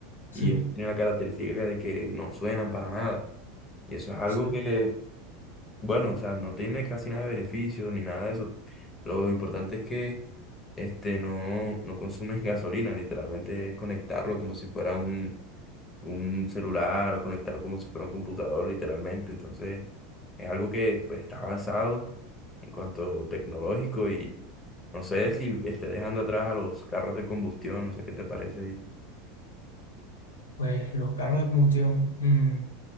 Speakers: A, on the left; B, on the left.
A: Sí,
B: y eso tiene la característica de que no suenan para nada. Y eso es algo
A: sí.
B: que, bueno, o sea, no tiene casi nada de beneficio ni nada de eso. Lo importante es que este no, no consumes gasolina, literalmente es conectarlo como si fuera un, un celular o conectarlo como si fuera un computador, literalmente. Entonces, es algo que pues está avanzado en cuanto tecnológico y no sé si esté dejando atrás a los carros de combustión, no sé qué te parece.
A: Pues los carros de combustión, mm,